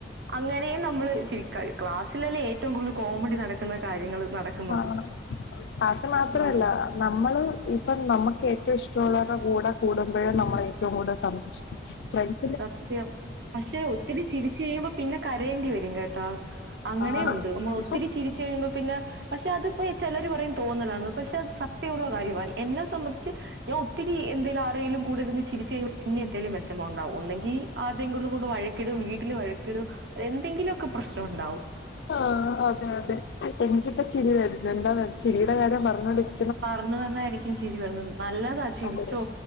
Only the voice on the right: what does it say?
അങ്ങനെയും നമ്മള് ചിരിക്ക. ക്ലാസ്സിലല്ലേ ഏറ്റവും കൂടുതൽ കോമഡി നട ക്ക്ണ കാര്യങ്ങള് നടക്കുന്നത്.
ഉം.
സത്യം പക്ഷെ ഒത്തിരി ചിരിച്ച് കഴിയുമ്പം. പിന്നെ കരയേണ്ടി വരും കേട്ടോ. അങ്ങനെ
ഉണ്ട്. നമ്മൾ
ഒത്തിരി ചിരിച്ച് കഴിയുമ്പോ പിന്നെ പക്ഷെ അത് ഇപ്പോ ചെലര് പറയും തോന്നലാണ്ന്ന്. പക്ഷെ അത് സത്യവുള്ള കാര്യവായി എന്നെ സംബ ച്ച് ഞാൻ ഒത്തിരി എന്തേലും ആരേലും കൂടെരുന്ന് ചിരിച്ച് കഴുമ്പോ പിന്നെ എന്തെലും വെഷമം ഉണ്ടാവും ഒന്നെ ങ്കി ആരുടെലും കൂടെ വഴക്കിടും. വീട്ടിൽ വഴക്കിടും എന്തെങ്കിലൊക്കെ പ്രശ്നോണ്ടാവും.
പറഞ്ഞു പറഞ്ഞായിരിക്കും ചിരി വരുന്നത് നല്ലതാ ചിരിച്ചോ